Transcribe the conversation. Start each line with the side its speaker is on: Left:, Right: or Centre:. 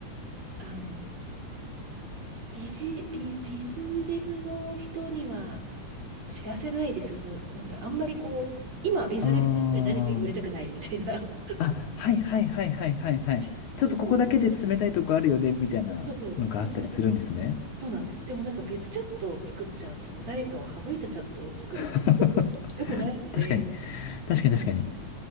Right: あの、ビジ、ビ、ビズデブの人には、知らせないで進む、なんだろう、あんまりこう、今、ビズデブの人に何か言われたくないみたいな。
Left: ー。あ、はいはいはいはいはいはい。
Right: <laughs>
Left: ちょっとここだけで進めたいとこあるよね、
Right: そうそう、
Left: みたいなのがあったりするんですね。
Right: そうそう。でもなんかこう、そうなんです。でもなんか別チャットを作っちゃうと、その誰かを省いたチャットを作るってすごく良くないので、
Left: <laughs> 確かに、確かに確かに。
Right: そう、